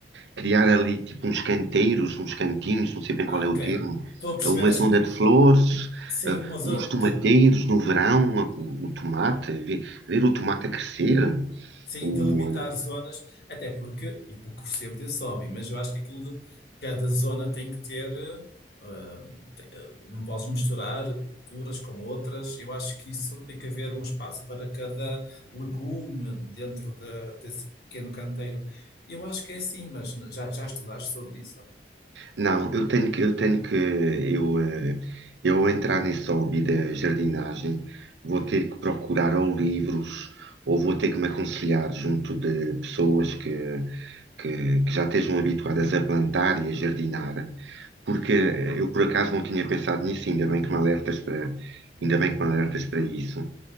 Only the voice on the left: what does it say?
Ah,
ok.
Estou a perceber
assim,
sem
uma zona
Sem
delimitar zonas, até porque, e pouco percebo desse hobby, mas eu acho que aquilo de cada zona tem que ter, ah, tem- ah, não podes misturar culturas com outras. Eu acho que isso tem que haver um espaço para cada legume dentro da- desse pequeno canteiro. Eu acho que é assim, mas já, já estudaste sobre isso?